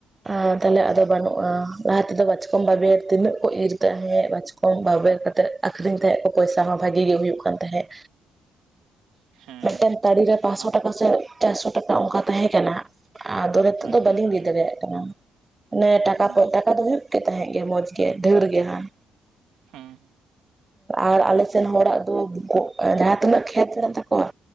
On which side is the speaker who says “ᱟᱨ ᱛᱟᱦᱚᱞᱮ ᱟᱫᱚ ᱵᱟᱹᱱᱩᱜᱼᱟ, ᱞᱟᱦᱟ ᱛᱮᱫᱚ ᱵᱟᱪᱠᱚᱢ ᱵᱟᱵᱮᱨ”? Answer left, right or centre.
Right